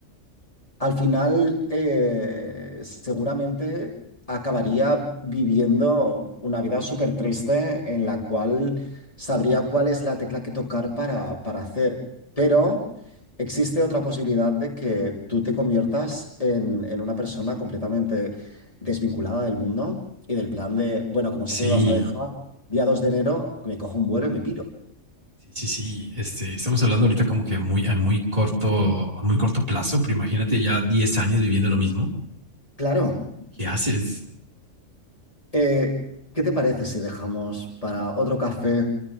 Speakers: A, on the left; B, on the right.
A: Al final, eh, seguramente acabaría viviendo una vida súper triste en la cual sabría cuál es la tecla que tocar para, para hacer. Pero existe otra posibilidad de que tú te conviertas en, en una persona completamente desvinculada del mundo y del plan de, bueno, como
B: Sí,
A: sé que me vas a dejar, día 2 de enero, me cojo un vuelo y me piro.
B: sí, sí, sí. Este, estamos hablando ahorita como que muy, a muy corto, a muy corto plazo, pero imagínate ya 10 años viviendo lo mismo.
A: Claro.
B: ¿Qué haces?
A: Eh, ¿qué te parece si dejamos para otro café